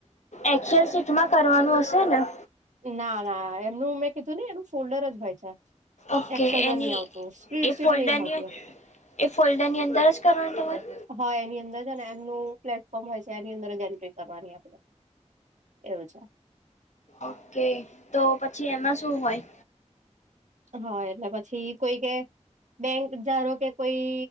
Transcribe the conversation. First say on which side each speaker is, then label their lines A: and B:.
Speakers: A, on the left; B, on the right.
A: એક્સલ સીટમાં કરવાનું હશે ને
B: ના ના એમનું મેં કીધું ને એનું ફોલ્ડર જ હોય.
A: ઓકે
B: છે એક્સેલમાં
A: એની
B: નહી આવતું સ્પીડ
A: એ
B: સીટ
A: ફોલ્ડરની
B: નહીં હોતી એમ
A: એ ફોલ્ડર ની અંદર જ કરવાની તમારે
B: હા એની અંદર જ અને એમનું પ્લેટફોર્મ હોય છે એની અંદર જ એન્ટ્રી કરવાની આપડે એવું છે.
A: ઓકે તો પછી એમાં શું હોય.
B: હા એટલે પછી કોઈ કે બેંક ધારોકે કે કોઈ